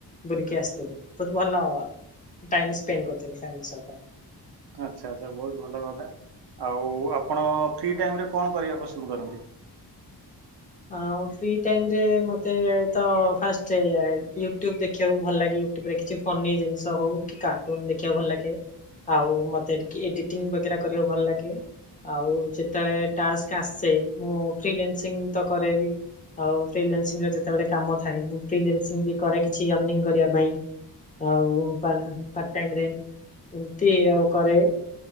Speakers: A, on the left (about 20°); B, on the right (about 70°).
A: ବୁଲିକି ଆସିଥିଲି ବହୁତ ଭଲ ଟାଇମ ସ୍ପେଣ୍ଡ କରିଥିଲୂ ଫାଂମିଲ୍ ସହିତ।
B: ଆଛା ଆଚ୍ଛା ବହୁତ ଭଲ କଥା ଆଉ ଆପଣ ଫ୍ରି ଟାଇମ ରେ କଣ କରିବା ପସନ୍ଦ କରନ୍ତି।
A: ହଁ ଫ୍ରି ଟାଇମରେ ମତେ ତ ଫାଷ୍ଟ ୟୁଟ୍ୟୁବ ଦେଖିବାକୁ ଭଲ ଲାଗିବୁ। <unintelligible> ଦେଖିଛି ଫନି ଜିନିଷ ହଉ କି କାର୍ଟୁନ ଦେଖିବାକୁ ଭଲ ଲାଗେ। ଆଉ ମତେ ଟିକେ ଏଡିଟିଂ ବଗେରା କରିବାକୁ ଭଲ ଲାଗେ। ଆଉ ଯେତେବେଳେ ଟାସ୍କ ଆସେ ମୁଁ ଫ୍ରିଲାନ୍ସିଙ୍ଗ୍ ତ କରେବି। ଆଉ ଫ୍ରିଲାନ୍ସିଂରେ ଯେତେବେଳେ କାମ ଥାଏ ମୁଁ ଫ୍ରିଲେନ୍ସିଂ ବି କରେ କିଛି ଅର୍ନିଙ୍ଗ କରିବା ପାଇଁ। ଆଉ ପାଲ୍ହାନ ପାର୍ଟ ଟାଇମରେ ଏମିତି ଆଉ କରେ।